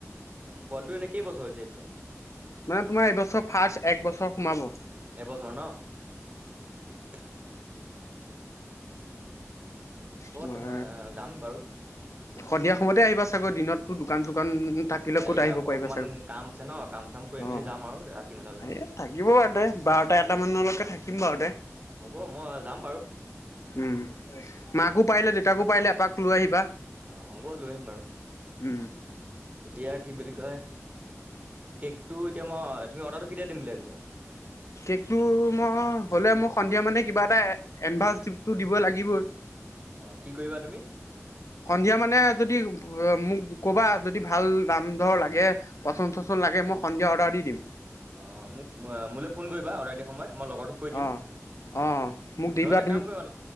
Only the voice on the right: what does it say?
অ পোৱালিটো এনে কেই বছৰ হৈছে এতিয়া
এবছৰ ন অ হ'ব
যাম বাৰু
এয়া
অকমান
কাম আছে ন কাম চাম কৰি
মেলি যাম আৰু ৰাতি মানে অলপমান
অ হ'ব মই যাম বাৰু
আহ হ'ব লৈ আহিম বাৰু
এতিয়া কি বুলি কয় কেকটো এতিয়া মই তুমি অৰ্ কেতিয়া দিম উলিয়াবিছা
অ কি কৰিবা তুমি
অ মোক মোলৈ ফোন কৰিবা অৰ্ডাৰ দিয়া সময়ত মই লগৰটোক কৈ দিম
নহয় এটা
কাম কৰিবা